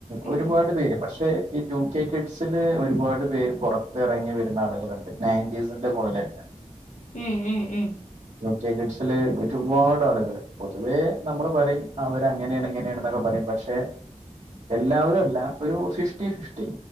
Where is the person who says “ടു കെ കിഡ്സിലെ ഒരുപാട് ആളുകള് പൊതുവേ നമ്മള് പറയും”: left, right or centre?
Right